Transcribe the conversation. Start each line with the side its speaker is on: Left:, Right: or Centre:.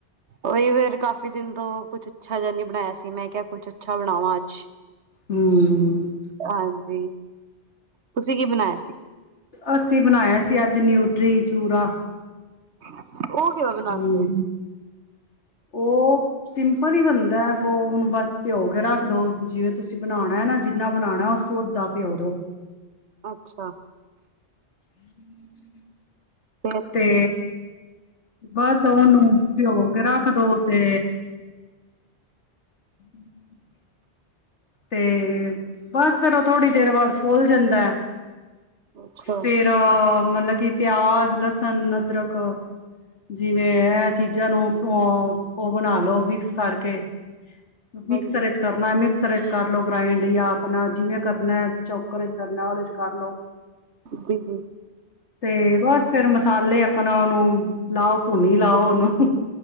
Right: ਉਹੀ ਫੇਰ ਕਾਫ਼ੀ ਦਿਨ ਤੋਂ ਕੁਛ ਅੱਛਾ ਜਿਹਾ ਨਹੀਂ ਬਣਾਇਆ ਸੀ ਮੈਂ ਕਿਹਾ ਕੁਛ ਅੱਛਾ ਬਣਾਵਾਂ ਅੱਜ।
Left: ਹੂੰ।
Right: ਹਾਂਜੀ। ਤੁਸੀਂ ਕੀ ਬਣਾਇਆ ਸੀ।
Left: ਅਸੀਂ ਬਣਾਇਆ ਸੀ ਅੱਜ ਨਿਊਟਰੀ ਚੂਰਾ
Right: <unintelligible> ਉਹ ਕਿਵੇ
Left: ਹੂੰ।
Right: ਬਣਾਉਦੇ ਹੋ।
Left: ਉਹ ਸਿੰਪਲ ਹੀ ਬੰਦਾ ਐ। ਉਹਨੂੰ ਬਸ ਭਿਓ ਕੇ ਰੱਖ ਦੋ ਜਿਵੇਂ ਤੁਸੀਂ ਬਣਾਉਣਾ ਹੈ ਨਾ ਜਿੰਨਾ ਬਣਾਉਣਾ ਉਸ ਤੋਂ ਓਦਾ ਭਿਓ ਦੋ।
Right: ਅੱਛਾ।
Left: <unintelligible>
Right: ਫੇਰ
Left: ਤੇ ਬਸ ਉਹ ਓਹਨੂੰ ਭਿਓ ਕੇ ਰੱਖ ਦੋ ਤੇ <unintelligible> ਤੇ ਬਸ ਫਿਰ ਉਹ ਥੋੜ੍ਹੀ ਦੇਰ ਬਾਅਦ ਫੁੱਲ ਜਾਂਦਾ ਹੈ।
Right: ਅੱਛਾ
Left: ਫ਼ੇਰ ਮਤਲਬ ਕਿ ਪਿਆਜ ਲਸਣ ਅਦਰਕ ਜਿਵੇਂ ਇਹ ਚੀਜ਼ਾਂ ਨੂੰ ਉਹ ਬਣਾ ਲਓ ਮਿਕਸ ਕਰਕੇ ਮਿਕਸ
Right: ਹਾਂਜੀ
Left: ਸਰਰੇਜ ਕਰਨਾ ਮਿਕਸ ਸਰੇਜ ਕਰ ਲਓ ਗ੍ਰਾਈੰਡ ਲ ਆਪਣਾ ਜਿਵੇਂ ਕਰਨਾ ਚੌਕਰ ਚ ਕਰਨਾ ਉਹਦੇ ਚ ਕਰ ਲਓ।
Right: ਜੀ ਜੀ।
Left: ਤੇ ਬਸ ਫੇਰ ਮਸਾਲੇ ਉਹਨਾਂ ਨੂੰ ਲਾਭ ਭੁਣੀ ਲਾਓ ਉਹਨੂੰ